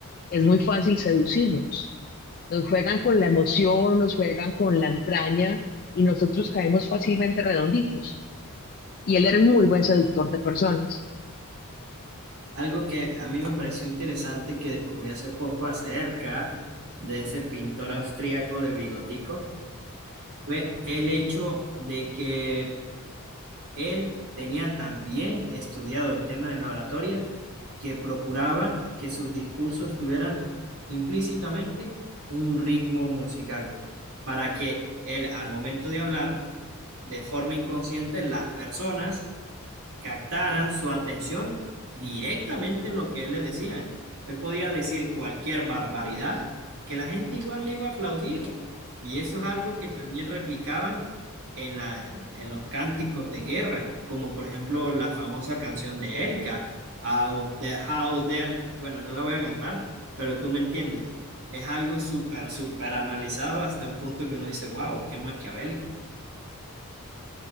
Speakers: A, on the left; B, on the right.
A: es muy fácil seducirnos. Nos juegan con la emoción, nos juegan con la entraña y nosotros caemos fácilmente redonditos. Y él era un muy buen seductor de personas.
B: Algo que a mí me pareció interesante que descubrí hace poco acerca de ese pintor austríaco de bigotico fue el hecho de que Él tenía también estudiado el tema de la oratoria que procuraba que sus discursos tuvieran implícitamente un ritmo musical para que él al momento de hablar, de forma inconsciente, las personas captaran su atención directamente en lo que él les decía. Él podía decir cualquier barbaridad que la gente igual le iba a aplaudir. Y eso es algo que también replicaban en la, en los cánticos de guerra, como por ejemplo la famosa canción de Erika, Out there, out there. Bueno, no la voy a cantar, pero tú me entiendes. Es algo súper, súper analizado hasta un punto que uno dice, wow, qué maquiavélico.